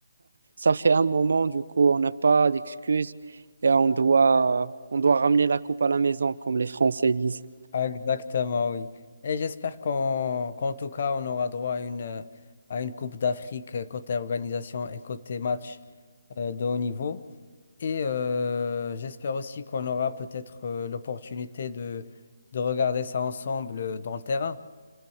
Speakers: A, on the right; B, on the left.
A: ça fait un moment. Du coup, on n'a pas d'excuses et on doit on doit ramener la coupe à la maison, comme les Français disent.
B: Exactement, oui. Et j'espère qu'en qu'en tout cas, on aura droit à une, euh, à une Coupe d'Afrique euh, côté organisation et côté match euh, de haut niveau. Et euh, j'espère aussi qu'on aura peut-être euh, l'opportunité de, de regarder ça ensemble euh, dans le terrain.